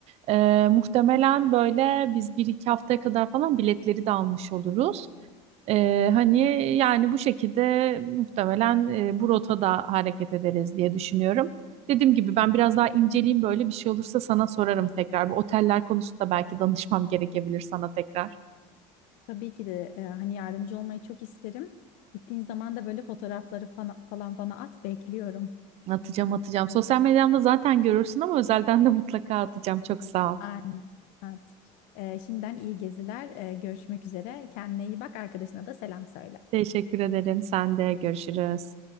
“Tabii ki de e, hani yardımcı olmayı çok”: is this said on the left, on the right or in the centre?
Left